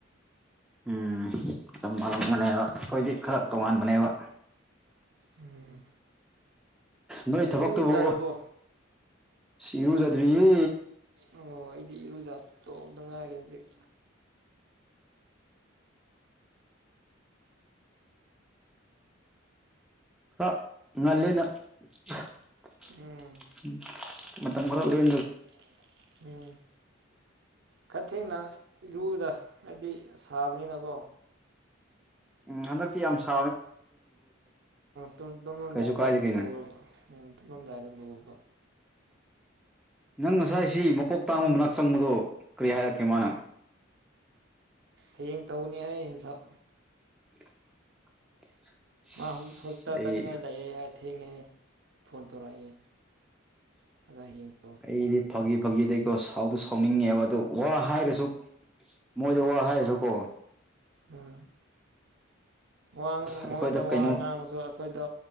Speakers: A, in the centre; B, on the right (about 55°).
A: ꯎꯝ <unintelligible> ꯃꯥꯜꯂꯦꯕ ꯑꯩꯈꯣꯏꯗꯤ ꯈꯔ ꯇꯣꯉꯥꯟꯕꯅꯦꯕ꯫
B: ꯎꯝ꯫
A: ꯅꯣꯏ
B: ꯏꯔꯨꯖꯔꯕꯣ
A: ꯊꯕꯛꯇꯨꯕꯨ ꯏꯔꯨꯖꯗ꯭ꯔꯤꯌꯦ
B: ꯑꯣ ꯑꯩꯗꯤ ꯏꯔꯨꯖꯥꯠꯇꯣ ꯑꯝꯇ ꯉꯥꯏꯔꯦ ꯍꯧꯖꯤꯛ꯫
A: ꯈꯔ ꯉꯜꯂꯦ
B: ꯏꯪ
A: ꯅ <unintelligible>
B: ꯎꯝ
A: ꯎꯝ ꯃꯇꯝ ꯈꯔ <unintelligible>
B: <unintelligible> ꯎꯝ꯫ ꯈꯔ ꯊꯦꯡꯅ ꯂꯨꯗ ꯍꯥꯏꯗꯤ ꯁꯥꯕꯅꯤꯅꯀꯣ
A: ꯎꯝ ꯍꯟꯗꯛꯇꯤ ꯌꯥꯝ ꯁ
B: ꯇꯨꯝ ꯇꯨꯃꯝꯗꯥꯏꯗ
A: ꯀꯩꯁꯨ ꯀꯥꯏꯗꯦ ꯀꯩꯅꯣ
B: ꯂꯨꯑꯣꯕ ꯎꯝ꯫ ꯇꯨꯃꯝꯗꯥꯏꯗꯝ ꯂꯨꯕ
A: ꯅꯪ ꯉꯁꯥꯏꯁꯤ ꯃꯀꯣꯛ ꯇꯥꯡꯕ ꯃꯅꯥꯛ ꯆꯪꯕꯗꯣ ꯀꯔꯤ ꯍꯥꯏꯔꯛꯀꯦ ꯃꯥꯅ꯫
B: ꯍꯌꯦꯡ ꯇꯧꯅꯤ ꯍꯥꯏꯌꯦ ꯍꯤꯡꯁꯥꯞ꯫
A: <unintelligible> ꯑꯁ
B: ꯃꯥ ꯍꯧꯖꯤꯛ ꯍꯣꯁꯄꯤꯇꯥꯜ
A: ꯑꯩ
B: ꯆꯠꯅꯤꯡꯉꯥꯏ ꯂꯩꯑꯦ ꯍꯥꯏ ꯊꯦꯡꯉꯦ ꯐꯣꯟ ꯇꯧꯔꯛꯑꯦ꯫ <unintelligible>
A: ꯑꯩꯗꯤ ꯐꯥꯒꯤ ꯐꯥꯒꯤꯗꯩꯀꯣ ꯁꯥꯎꯗꯣ ꯁꯥꯎꯅꯤꯡꯉꯦꯕ ꯑꯗꯨ ꯋꯥ ꯍꯥꯏꯔꯁꯨ ꯃꯣꯏꯗ ꯋꯥ ꯍꯥꯏꯔꯁꯨꯀꯣ
B: ꯎꯝ꯫ ꯋꯥ ꯃꯉꯣꯟꯗ
A: ꯑꯩꯈꯣꯏꯗ ꯀꯩꯅꯣ
B: ꯋꯥ ꯉꯥꯡꯉꯁꯨ ꯑꯩꯈꯣꯏꯗ